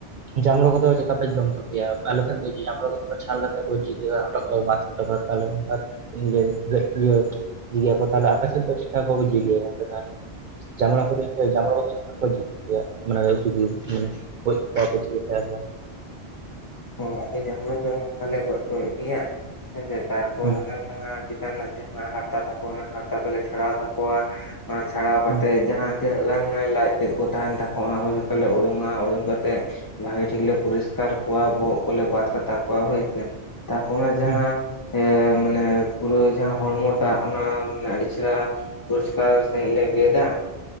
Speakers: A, on the right; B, on the left.
A: ᱡᱟᱢᱲᱳ ᱠᱚᱫᱟ ᱪᱮᱠᱟᱯᱮ ᱡᱚᱢ ᱠᱚ ᱜᱮᱭᱟ, ᱟᱞᱮ ᱥᱮᱫ ᱫᱚ ᱡᱟᱢᱲᱳ ᱠᱚ ᱪᱷᱟᱞ ᱠᱟᱛᱮ ᱠᱚᱱᱦᱚᱴᱟᱜ ᱠᱚᱠᱚ ᱵᱟᱛ ᱛᱟᱠᱚᱣᱟ ᱛᱟᱦᱚᱞᱮ ᱚᱱᱟ ᱠᱟ ᱠᱟᱛᱮ ᱜᱮ ᱡᱟᱱᱤᱡ ᱜᱮᱫ ᱠᱷᱟᱺᱰᱤᱭᱟᱹ <unintelligible> ᱠᱚ ᱛᱟᱦᱚᱞᱮ ᱟᱯᱮᱥᱮᱫ ᱫᱚ ᱪᱮᱫᱠᱟ ᱠᱚ ᱜᱚᱡᱮ ᱜᱮᱭᱟ ᱜᱚᱝᱠᱮ ᱛᱟᱦᱞᱮ? ᱡᱟᱢᱵᱲᱟ ᱠᱚᱫᱚ ᱡᱟᱢᱲᱚ ᱠᱚᱫᱚ ᱪᱮᱜᱠᱟ <unintelligible> ᱢᱟᱱᱮ <unintelligible> ᱢᱟᱱᱮ ᱜᱚᱡ ᱠᱚᱣᱟ ᱠᱚ ᱟᱫᱚ
B: ᱦᱩᱸ ᱡᱟᱢᱲᱩ ᱫᱚ ᱚᱱᱠᱟᱞᱮ ᱜᱚᱡ ᱠᱚ ᱜᱮᱭᱟ, ᱦᱮᱸᱥᱮ ᱛᱟᱨᱯᱚᱨ
A: ᱦᱩᱸ
B: ᱚᱱᱟ ᱡᱟᱦᱟᱸ ᱪᱮᱛᱟᱱ ᱨᱮᱱᱟᱜ ᱡᱟᱦᱟᱸ ᱦᱟᱨᱛᱟ ᱛᱟᱠᱚ ᱚᱱᱟ ᱦᱟᱨᱛᱟ ᱫᱚᱞᱮ ᱪᱷᱟᱲᱟᱣ ᱛᱟᱠᱚᱣᱟ᱾ ᱚᱱᱟ ᱪᱷᱟᱲᱟᱣ ᱠᱟᱛᱮ
A: ᱦᱩᱸ
B: ᱡᱟᱦᱟᱸ ᱛᱤᱱᱟᱹᱜ ᱜᱟᱱ ᱢᱟᱱᱮ ᱞᱟᱡᱽ ᱛᱮᱫ ᱠᱚ ᱛᱟᱦᱮᱱ ᱛᱟᱠᱚᱣᱟ ᱚᱱᱟ ᱠᱚ ᱡᱷᱚᱛᱚᱮ ᱞᱮ ᱩᱰᱩᱝ-ᱟ᱾ ᱩᱰᱩᱝ ᱠᱟᱛᱮ ᱵᱷᱟᱜᱤ ᱴᱷᱤᱠ ᱞᱮ ᱯᱩᱨᱤᱥᱠ ᱠᱟᱨ ᱠᱚᱣᱟ ᱵᱚᱦᱚᱜ ᱠᱚᱞᱮ ᱵᱟᱫ ᱠᱟ ᱛᱟᱠᱚᱣᱟ, ᱦᱳᱭᱥᱮ ᱛᱟᱯᱚᱨ ᱚᱱᱟ ᱡᱟᱦᱟᱸ
A: ᱦᱩᱸ
B: ᱮ ᱢᱟᱱᱮ ᱯᱩᱨᱟᱹ ᱡᱟᱦᱟᱸ ᱦᱚᱲᱢᱚ ᱴᱟᱜ ᱚᱱᱟ ᱢᱟᱱᱮ ᱟᱹᱰᱤ ᱪᱮᱦᱨᱟ ᱯᱩᱨᱤᱥᱠᱟᱨ ᱥᱟᱹᱦᱤᱡᱽ ᱞᱮ ᱜᱮᱫᱟ